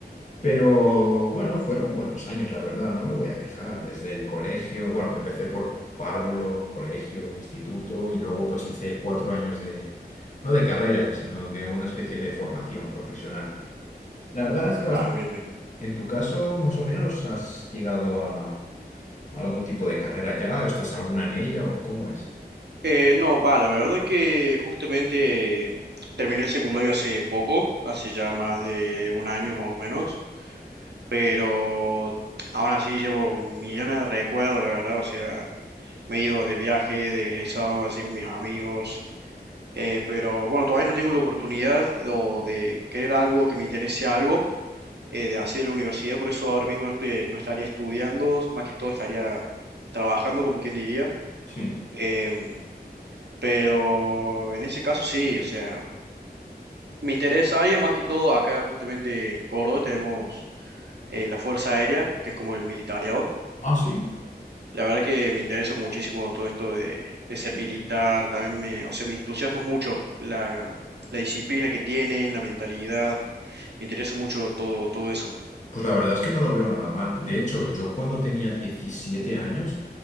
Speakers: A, on the left (about 45°); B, on the right (about 80°).
A: Pero bueno, fueron buenos años, la verdad, no me voy a quejar. Desde el colegio, bueno, empecé por párvulo, colegio, instituto y luego pues hice cuatro años de, no de carrera, sino de una especie de formación profesional. La verdad es que bastante.
B: Ah, bien, bien.
A: En tu caso, más o menos, ¿has llegado a algún tipo de carrera ya? ¿Estás alguna en ella o cómo es?
B: Eh, no, va, la verdad que justamente terminé el secundario hace poco, hace ya más de un año más o menos, pero aún así llevo millones de recuerdos, la verdad, o sea, me he ido de viaje, de egresado así con mis amigos. Eh, pero bueno, todavía no tengo la oportunidad o de querer algo que me interese algo eh, de así de la universidad, por eso ahora mismo no estoy, no estaría estudiando, más que todo estaría trabajando, como quien diría.
A: Sí.
B: Em, pero en ese caso sí, o sea, me interesa área más que todo acá justamente en Córdoba tenemos eh, la Fuerza Aérea, que es como el militariado.
A: Ah, sí.
B: La verdad que me interesa muchísimo todo esto de, de ser militar, también me, o sea, me entusiasma mucho la, la disciplina que tienen, la mentalidad Me interesa mucho todo, todo eso.
A: Pues la verdad es que no lo veo nada mal. De hecho, yo cuando tenía 17 años,